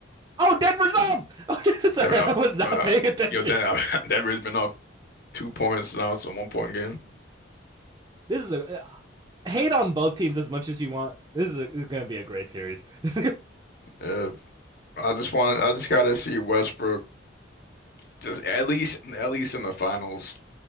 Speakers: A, on the right; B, on the left.
A: oh, Denver's up. Oh, <laughs> sorry,
B: Then, um,
A: I was not
B: um,
A: paying attention.
B: you know, then <laughs> Denver's been up two points now. It's a one point game.
A: This is a uh, hate on both teams as much as you want. This is, a, this is gonna be a great series. <laughs>
B: Uh, I just want I just gotta see Westbrook Just at least at least in the finals.